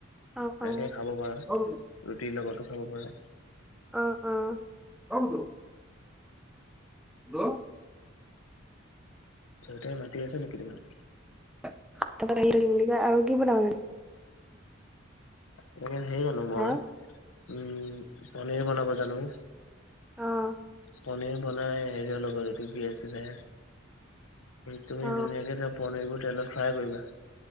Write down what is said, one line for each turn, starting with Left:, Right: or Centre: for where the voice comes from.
Centre: অ অ
Left: এনেকে খাব পাৰা,
Centre: অ
Left: ৰুটিৰ লগতো খাব পাৰা।
Centre: অ ', অ'। <unintelligible>
Left: দেউতাই মাতি আছে নেকি তোমাক?
Centre: <unintelligible> আৰু কি বনা <unintelligible>
Left: এনেকে হেই জানো মই
Centre: হা
Left: উম, পনীৰ বনাব জানো।
Centre: অ'।
Left: পনীৰ বনাই হেৰিয়াৰ লগৰ এইটো কি আছিলে। তুমি
Centre: অ
Left: ধুনীয়াকে পনীৰবোৰ তেলত ফ্ৰাই কৰিবা।